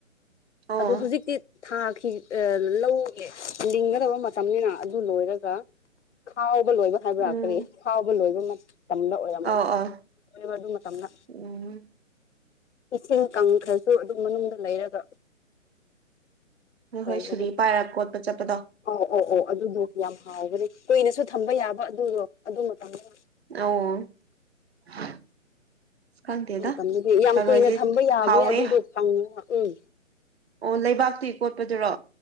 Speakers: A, on the right (about 50°); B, on the left (about 60°).
A: ꯑꯣ
B: ꯑꯗꯣ ꯍꯧꯖꯤꯛꯇꯤ ꯊꯥꯈꯤ ꯑ ꯂꯧꯒꯤ ꯂꯤꯡꯒꯗꯕ ꯃꯇꯝꯅꯤꯅ ꯑꯗꯨ ꯂꯣꯏꯔꯒ ꯈꯥꯎꯕ ꯂꯣꯏꯕ ꯍꯥꯏꯕ꯭ꯔ
A: ꯎꯝ
B: ꯀꯔꯤ ꯈꯥꯎꯕ ꯂꯣꯏꯕ ꯃ ꯇꯝꯗ ꯑꯣꯏꯔꯝꯒꯅꯤ
A: ꯑꯧ ꯑꯧ
B: ꯍ‌ꯣꯏ ꯑꯗꯨ ꯃꯇꯝꯗ
A: ꯎꯝ
B: ꯏꯁꯤꯡ ꯀꯪꯈ꯭ꯔꯁꯨ ꯑꯗꯨꯝ ꯃꯅꯨꯡꯗ ꯂꯩꯔꯒ
A: ꯅꯈꯣꯏ
B: ꯇꯧꯕꯗ‌ꯣ
A: ꯁꯨꯔꯤ ꯄꯥꯏꯔ ꯀꯣꯠꯄ ꯆꯠꯄꯗꯣ
B: ꯑ ꯑꯣ ꯑꯣ ꯑꯗꯨꯗ‌ꯣ ꯌꯥꯝ ꯍꯥꯎꯕꯅꯤ ꯀꯨꯏꯅꯁꯨ ꯊꯝꯕ ꯌꯥꯕ ꯑꯗꯨꯗꯣ ꯑꯗꯨ ꯃꯇꯝꯗ‌ꯣ
A: ꯑ‌ꯣ ꯈꯪꯗꯦꯗ
B: ꯃꯇꯝꯗꯨꯗꯤ ꯌꯥꯝ
A: ꯊꯔꯣꯏꯁꯤ
B: ꯀꯨꯏꯅ ꯊꯝꯕ ꯌꯥꯕꯅꯦ
A: ꯍꯥꯎꯋꯦ
B: ꯑꯗꯨꯗꯣ ꯀꯪꯉꯒ ꯎꯝ
A: ꯑꯣ ꯂꯩꯕꯥꯛꯇꯤ ꯀꯣꯠꯄꯗꯨꯔꯣ